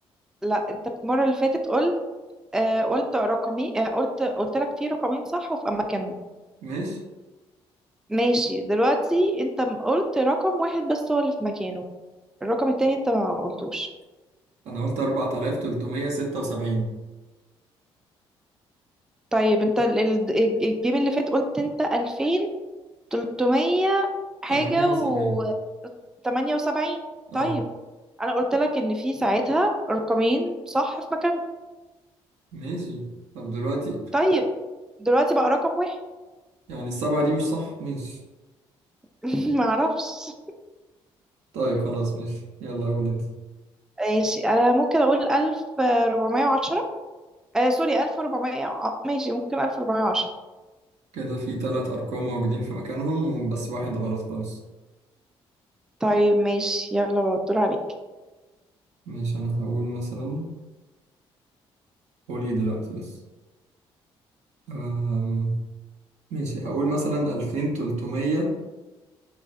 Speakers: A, in the centre; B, on the right.
A: لا انت المرة اللي فاتت قلت آه قلت رقمي آه قلت قلت لك في رقمين صح وفي أماكنهم
B: ماشي
A: ماشي دلوقتي انت م- قلت رقم واحد بس هو اللي في مكانه الرقم التاني انت ما قلتوش
B: انا قلت 4376
A: طيب انت ال- ال- الج- الجيم اللي فات قلت انت ألفين تلتمية حاجة
B: 78
A: وتمانية وسبعين
B: اه
A: طيب انا قلت لك ان في ساعتها رقمين صح في مكانهم
B: ماشي طب دلوقتي
A: طيب دلوقتي بقى رقم واحد
B: يعني السبعة دي مش صح ماشي
A: <laughs> معرفش
B: طيب خلاص ماشي يلا قول انت
A: ماشي انا ممكن اقول ألف ربعمية وعشرة آه سوري ألف وربعمية ماشي ممكن ألف ربعمية وعشرة
B: كده في تلات أرقام موجودين في مكانهم بس واحد غلط خالص
A: طيب ماشي يلا بقى، الدور عليك
B: ماشي أنا هقول مثلا قول ايه دلوقتي بس أم... ماشي هقول مثلا ألفين تلتمية